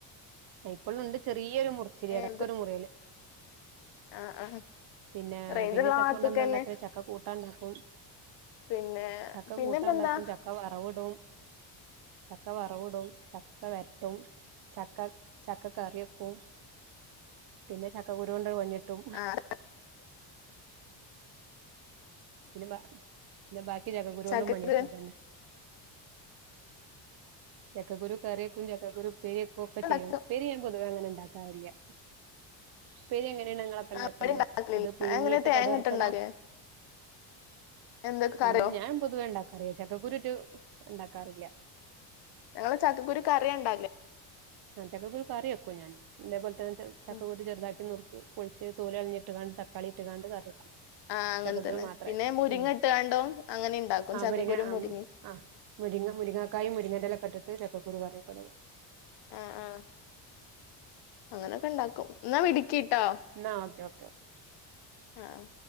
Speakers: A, on the right; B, on the left.
A: ഇപ്പളുണ്ട് ചെറി ഈരു മുറിച്ചല്
B: ഏഹ്
A: ഇടക്കൊരു
B: ഇത്
A: മുറിയല്
B: ആഹ് ആഹ്
A: പിന്നെ
B: റേഞ്ച്ള്ള
A: പിന്നെ ചക്ക
B: ഭാഗത്തൊക്കെന്നെ
A: കൊണ്ട് എന്താ ഉണ്ടാക്കാ ചക്ക കൂ
B: പിന്നെ
A: <inaudible> ചക്ക
B: പിന്നെപ്പെന്താ
A: കൂട്ടാൻ ഇണ്ടാക്കും ചക്ക വറവു ടും ചക്ക വറവിടും ചക്ക വരട്ടും ചക്ക ചക്ക കറിവെക്കും പിന്നെ ചക്കക്കുരു കൊണ്ട് ട്ടും
B: ആഹ്
A: പിന്നെ ബ നബാ ഈ ചക്കകുരു കൊണ്ടും
B: ചക്കക്കുരു
A: പണി കിട്ടും അതന്നെ ചക്കുരു കറിക്കും ചക്കുരു ഉപ്പേരി വെക്കും ഒക്കെ
B: ഉണ്ടാക്കും
A: ചെയ്യും ഉപ്പേരി ഞാൻ പൊതുവെ അങ്ങനെ ണ്ടാ കാര്യാ പ്പേരി എങ്ങനെയാണ് ഞങ്ങളൊക്കെ ഇണ്ടാക്കല്
B: ആഹ് ഇവിടെ ഉണ്ടാക്കലില്ല
A: അത് പുഴുങ്ങിയിട്ട്
B: അങ്ങനെ തേങ്ങട്ട്
A: കടു വർക്കലാ
B: ഉണ്ടാക്കേ എന്തൊക്കെ കറിയോ
A: ഇങ്ങനെ ഞാൻ പൊതുവേ ഇണ്ടാക്കറിയ ചക്കക്കരു ഉണ്ടാക്കാറില്ല
B: ഞങ്ങള് ചക്കക്കുരു കറിയാണ്ടക്കല്
A: ആ ചക്കക്കുരു കറി വെക്കും ഞാൻ ഇതേ പോലെത്തെന്നെ ചക്കക്കുരു
B: ഉം
A: ചെർതാക്കി നുർ പൊളിച്ച് തോലളഞ്ഞിട്ട്ങ്ങാണ്ട് തക്കാളി ഇട്ട്ങ്ങാണ്ട്കറി വെക്കും
B: ആഹ് അങ്ങനെ
A: ചക്കക്കുരു
B: തന്നെ
A: മാത്രായിറ്റ്
B: പിന്നെ മുരിങ്ങ
A: ഉം
B: ഇട്ട്കാണ്ടും അങ്ങനെ ഉണ്ടാക്കും
A: ആ
B: ചക്കക്കുരും
A: മുരിങ്ങ ആ
B: മുരിങ്ങിം
A: ആ മുരിങ്ങ മുരിങ്ങക്കായും മുരിങ്ങന്റെലൊക്കെ ഇട്ട് ചക്കക്കുരുക്കറിവെക്കലൊ
B: ആഹ് ആഹ് അങ്ങനൊക്കെ ണ്ടാക്കും ന്നാ വിട്ക്കിട്ടോ
A: ന്നാ ഓക്കെ ഓക്കെ ഓക്കെ
B: ആഹ്